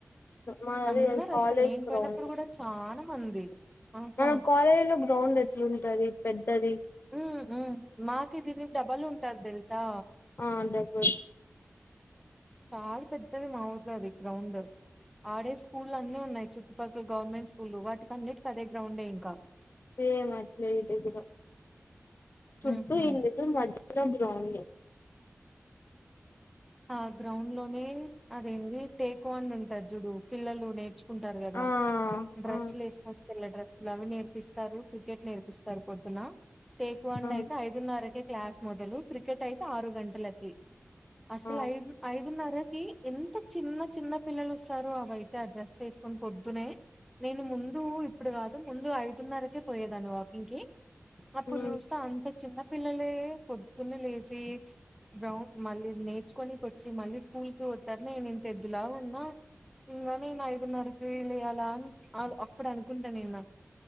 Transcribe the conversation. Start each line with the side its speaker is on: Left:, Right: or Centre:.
Left: మాది
Centre: అందరు
Left: కాలేజ్
Centre: అసలు నేను
Left: గ్రౌండ్
Centre: పోయినప్పుడు కూడా చాన మంది ఆహా
Left: మన కాలేజ్లో గ్రౌండ్ ఎట్లుంటది పెద్దది
Centre: మ్ ఉ మాకు దీనికి డబల్ ఉంటది తెలుసా
Left: ఆ డబల్
Centre: చాలా పెద్దది మా ఊర్లో అది గ్రౌండ్ ఆడే స్కూళ్లు అన్నీ ఉన్నాయి చుట్టుపక్కల గవర్నమెంట్ స్కూల్లు వాటికన్నిటికి అదే గ్రౌండే ఇంక
Left: సేమ్ అట్లే ఇది కూడా చుట్టూ
Centre: ఊహూ
Left: ఇల్లులు మధ్యలో గ్రౌండ్
Centre: ఆ గ్రౌండ్లోనే అదేంది టేక్వాన్ ఉంటది చుడు పిల్లలు నేర్చు కుంటార్ కదా
Left: ఆ
Centre: డ్రెస్సులు
Left: ఆ
Centre: ఎస్కొని పిల్ల డ్రెస్ లవ్ నేర్పిస్తారు క్రికెట్ నేర్పిస్తారు పొద్దున టేక్ వన్
Left: ఆ
Centre: అయితే ఐదు ఐదున్నరకే క్లాస్ మొదలు క్రికెట్ అయితే ఆరు గంటలకి అసలు
Left: ఆ
Centre: ఐదు ఐదున్నరకి ఎంత చిన్న చిన్న పిల్లలు వస్తారు అవైట ఆ డ్రెస్ వేసుకొని పొద్దునే నేను ముందు ఇప్పుడు కాదు ముందు ఐదున్నరకే పోయేదాన్ని వాకింగ్కి అప్పుడు
Left: ఆ
Centre: చూస్తే అంత చిన్న పిల్లలే పొద్దున్న లేచి గ్రౌ మళ్ళీ నేర్చుకోనికి వచ్చి మళ్ళీ స్కూల్కి పోతారు నేను ఇంత ఎద్దులావున్నా ఇంగ నేను ఐదున్నరకి లేయలా అ అప్పుడు అనుకుంట నిన్న